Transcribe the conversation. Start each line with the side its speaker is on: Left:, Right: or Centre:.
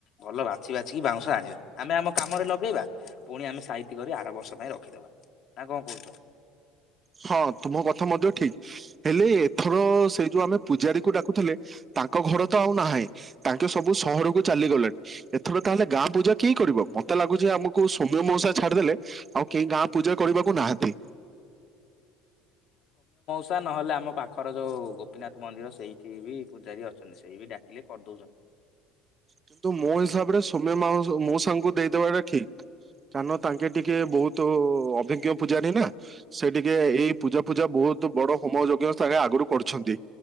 Left: ଭଲ ବାଛି ବାଛିକି ବାଉଁଶ ଆଣିବା ଆମେ ଆମ କାମରେ ଲଗେଇବା ପୁଣି ଆମେ ସାଇତି କରି ଆର ବର୍ଷ ପାଇଁ ରଖିଦବା ନା କଣ କହୁଛ।
Right: ହଁ ତୁମ କଥା ମଧ୍ୟ ଠିକ ହେଲେ ଏଥର ସେ ଯୋଉ ଆମେ ପୂଜାରୀ କ ଡାକୁଥିଲେ ତାଙ୍କ ଘର ତ ଆଉ ନାହିଁ ତାଙ୍କେ ସବୁ ସହରକୁ ଚାଲିଗଲେଣି ଏଥର ତାହେଲେ ଗାଁ ପୂଜା କେହି କରିବ ମତେ ଲାଗୁଛି ଆମକୁ ସୌମ୍ୟ ମଉସା ଛାଡିଦେଲେ ଆଉ କେହି ଗାଁ ପୂଜା କରିବାକୁ ନାହାନ୍ତି।
Left: ବର୍ଷା ନହେଲେ ଆମ ପାଖର ଯୋଉ ଗୋପୀନାଥ ମନ୍ଦିର ସେଇଠି ବି ପୂଜାରୀ ଅଛନ୍ତି ସେଇ ବି ଡାକିଲେ କରିଦଉଛନ୍ତି।
Right: କିନ୍ତୁ ମୋ ହିସାବ ରେ ସୋମ୍ୟ ମୋ ସାଙ୍ଗ ଦେଇଦବାଟା ଠିକ କାରଣ ତାଙ୍କେ ଟିକେ ବହୁତ ଅଭିଜ୍ଞ ପୂଜାନି ନା ସେ ଟିକେ ଏଇ ପୂଜା ପୂଜା ବହୁତ ବଡ ହୋମ ଯଜ୍ଞ ସାଙ୍ଗେ ଆଗରୁ କରୁଛନ୍ତି